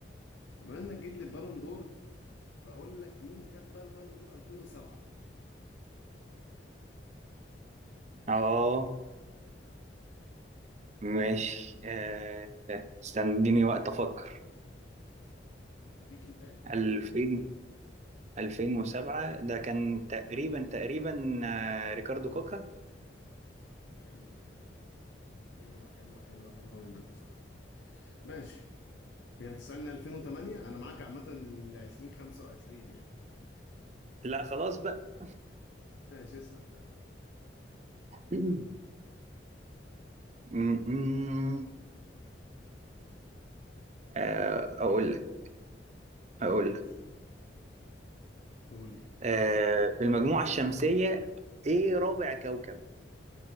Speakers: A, on the left; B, on the right.
A: طب بما إنك جيت للبالون دور بقول لك مين خد بقى البالون دور 2007
B: <clears throat> اه ماشي آه استنى اديني وقت افكر
A: دي كنتاية
B: 2000 2007 ده كان تقريبا تقريبا آه ريكاردو كوكا
A: حلوة حلوة حلوة حلوة حلوة منك بصراحة ماشي يعني تسألني 2008 أنا معاك عامة ل 2025 يعني
B: لا خلاص بقى
A: ماشي اسأل طيب
B: <coughs> <clears throat> م- م- آه، أقول لك
A: قول
B: أقول
A: لي يا باشا
B: لك
A: قول لي
B: آه، في المجموعة الشمسية إيه رابع كوكب؟